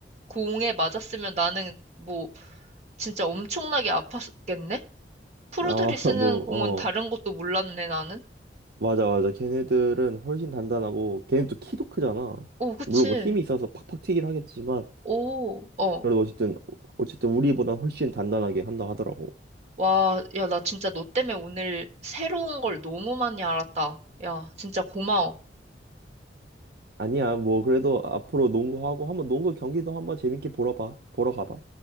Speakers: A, on the right; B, on the right.
A: 공에 맞았으면 나는 뭐 진짜 엄청나게 아팠겠네? 프로들이
B: 아,
A: 쓰는
B: 뭐,
A: 공은
B: 어,
A: 다른 것도 몰랐네, 나는.
B: 맞아, 맞아. 걔네들은 훨씬 단단하고, 걔네도 키도 크잖아.
A: 오, 그치.
B: 물론 뭐 힘이 있어서 팍팍 튀긴 하겠지만,
A: 오, 어.
B: 그래도 어쨌든, 어쨌든 우리보다 훨씬 단단하게 한다 하더라고.
A: 와, 야, 나 진짜 너 때문에 오늘 새로운 걸 너무 많이 알았다. 야, 진짜 고마워.
B: 아니야, 뭐, 그래도 앞으로 농구하고, 한번 농구 경기도 한번 재밌게 보러 봐. 보러 가봐.